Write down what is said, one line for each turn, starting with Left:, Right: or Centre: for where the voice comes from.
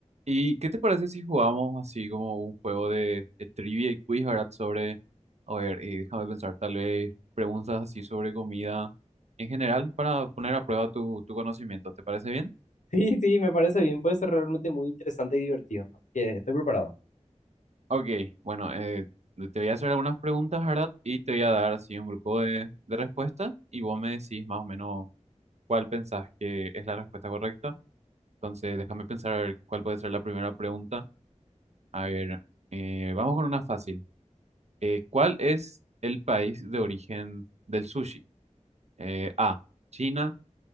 Right: ¿Y qué te parece si jugamos así como un juego de, de trivia y quiz, ¿verdad? Sobre, a ver, eh, déjame pensar, tal vez preguntas así sobre comida en general para poner a prueba tu, tu conocimiento. ¿Te parece bien?
Left: Sí, sí, me parece bien. Puede ser realmente muy interesante y divertido. Así que estoy preparado.
Right: Ok, bueno, eh, te voy a hacer algunas preguntas, ¿verdad? Y te voy a dar así un grupo de, de respuestas y vos me decís más o menos cuál pensás que es la respuesta correcta. Entonces, déjame pensar a ver cuál puede ser la primera pregunta. A ver, eh, vamos con una fácil. Eh, ¿cuál es el país de origen del sushi? Eh, A, China,